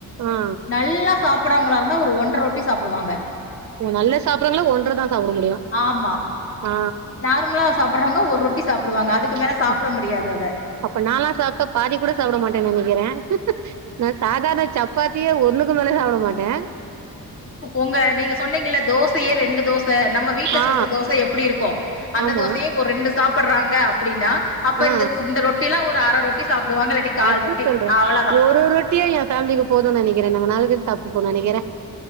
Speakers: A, on the right; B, on the left.
A: ஆ
B: நல்லா சாப்பறவங்களா இருந்தா ஒரு ஒன்ற ரொட்டி சாப்டுவாங்க
A: நல்ல சாப்பிறங்கள ஒன்ற தா சாப்பட முடியு
B: ஆமா
A: ஆ
B: நார்மலா சாப்பறவங்க ஒரு ரொட்டி சாப்டுவாங்க அதுக்குமேல
A: அ
B: சாப்ட முடியாது அத
A: அப்ப நால்லா சாப்ட்டா பாதி கூட சாப்ட மாட்டேன்னு நெனைக்கிறே நா சாதாரண சப் பாத்தியே ஒன்னுக்கு மேலே சாப்ட மாட்டே
B: ஒங்க நீங்க சொ ன்னீங்கல தோசையே ரெண்டு தோச நம்ம வீட்ல
A: ஆ
B: சுடுற தோச எப்டி இருக்கு அந்த
A: ஆமா
B: தோசையே ஒரு ரெண்டு சாப் பட்றாங்க அப்டின்னா அப்ப
A: ஆ
B: இந்த ச் இந்த ரொட்டில ஒரு அர ரொட்டி சாப்டுவாங்க இல்லாட்டி கால்
A: அது
B: ரொட்டி
A: சொல்றே
B: அவ்
A: ஒரு ரொட்டியே எ ஃபேம்லிக்கு போதுன் நெனைக்கிறே நாங்க நாலு பேர் சாப்ட்டுப்போ நெனைக்கிறே